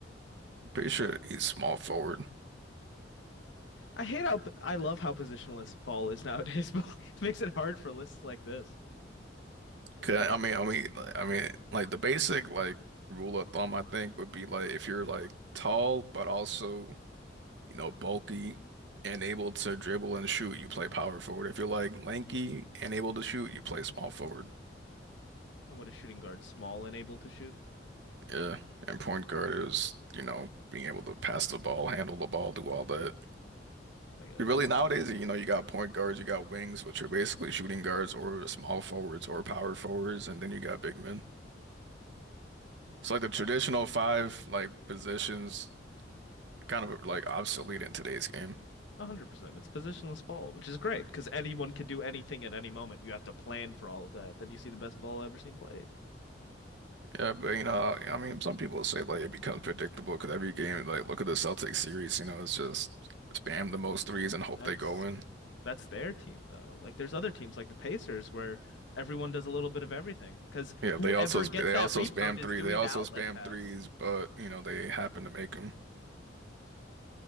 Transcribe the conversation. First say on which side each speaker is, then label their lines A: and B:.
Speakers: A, on the right; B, on the left.
A: Pretty sure he's small forward.
B: I hate how p- I love how positionless ball is nowadays, <laughs> but like, it makes it hard for lists like this. Because
A: 'Kay, I
B: I
A: mean, I mean, like- I mean, like the basic like rule of thumb, I think, would be like if you're like tall but also you know bulky and able to dribble and shoot, you play power forward. If you're like lanky and able to shoot, you play small forward.
B: and what is shooting guard small and able to shoot?
A: Yeah, and point guard is you know being able to pass the ball, handle the ball, do all that.
B: I got
A: Really
B: you.
A: nowadays, you know, you got point guards, you got wings, which are basically shooting guards or small forwards or power forwards, and then you got big men. So like the traditional five like positions kind of like obsolete in today's game.
B: 100%. It's positionless ball, which is great because anyone can do anything at any moment. You have to plan for all of that. Then you see the best ball I've ever seen played.
A: Yeah, but you know, I mean, some people say like it becomes predictable because every game, like look at the Celtics series, you know, it's just spam the most threes and hope
B: That's
A: they go in.
B: that's their team though. Like there's other teams like the Pacers where everyone does a little bit of everything because
A: Yeah,
B: whoever
A: they also sp-
B: gets
A: they
B: that
A: also
B: rebound
A: spam
B: is
A: three,
B: doing
A: they also
B: the outlet
A: spam
B: pass.
A: threes, but you know, they happen to make them.